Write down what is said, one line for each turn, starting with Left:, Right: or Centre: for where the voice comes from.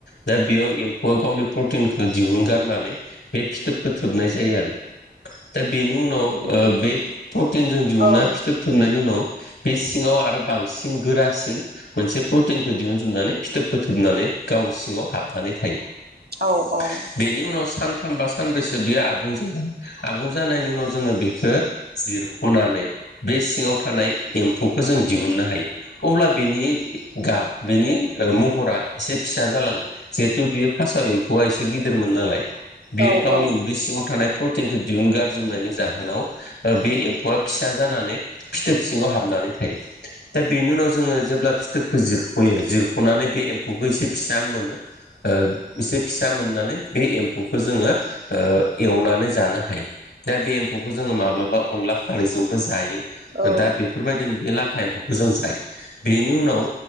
Left: दा बेयाव एम्फौआ गावनि प्रटिनखौ दिहुनगारनानै बे फिथोबखो थोबनाय जायो आरो दा बेनि उनाव
Right: उम
Left: ओ
Right: उम
Left: बे प्रटिनजों दिहुनना
Right: औ उम
Left: फिथोब थोबनायनि उनाव बे सिङाव आरो बांसिन गोरासिन मोनसे प्रटिनखौ दिहुनजोबनानै फिथोबखौ थोबनानै गाव सिङाव हाबनानै थायो बे
Right: औ औ
Left: बिनि उनाव सानथाम बा सानब्रैसो बेयो आबुं जायो आबुं जानायनि उनाव जोङो बेखो जिरखनानै बे सिङाव थानाय एम्फौखो जों दिहुननो हायो अब्ला बिनि गाब बिनि ओ महरा एसे फिसा जालाङो जिहेथु बियो फासाव एम्फौआ एसे गिदिरमोन नालाय बियो
Right: औ
Left: गावनि
Right: औ
Left: उदै सिङाव थानाय प्रटिनखौ दिहुनगारजोबनायनि जाहोनाव ओ बे एम्फौआ फिसा जानानै फिथोब सिङाव हाबनानै थायो दा बेनि उनाव जोङो जेब्ला फिथोबखौ जिरखयो जिरखनानै बे एम्फौखो एसे फिसा मोनो ओ एसे फिसा मोननानै बे एम एम्फौखो जोङो एवनानै जानो हायो दा बे एम्फौखो जोङो
Right: नंगौ
Left: माब्लाबा अनला खारैजोंबो जायो
Right: औ
Left: दा बेफोरबायदिनो बे लाथा एम्फौ मोजां जायो बेनि उनाव